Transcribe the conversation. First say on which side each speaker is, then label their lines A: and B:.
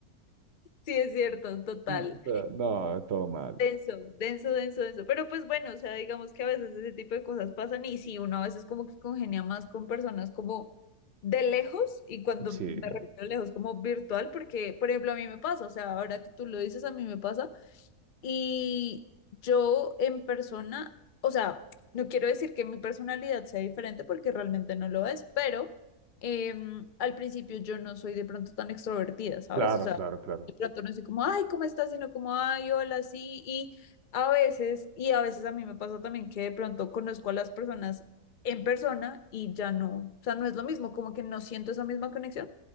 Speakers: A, on the left; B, on the right.
A: sí es cierto, total.
B: O sea, o sea, no, todo mal.
A: Denso, denso, denso, denso. Pero pues bueno, o sea, digamos que a veces ese tipo de cosas pasan y sí, uno a veces como que congenia más con personas como de lejos y cuando
B: Sí,
A: me refiero a lejos como virtual, porque por ejemplo a mí me pasa, o sea, ahora que tú lo dices, a mí me pasa y yo en persona, o sea, no quiero decir que mi personalidad sea diferente porque realmente no lo es, pero em, al principio yo no soy de pronto tan extrovertida, ¿sabes?
B: claro,
A: O sea,
B: claro, claro.
A: de pronto no soy como, ay, ¿cómo estás? Sino como, ay, hola, sí. Y a veces, y a veces a mí me pasa también que de pronto conozco a las personas en persona y ya no, o sea, no es lo mismo, como que no siento esa misma conexión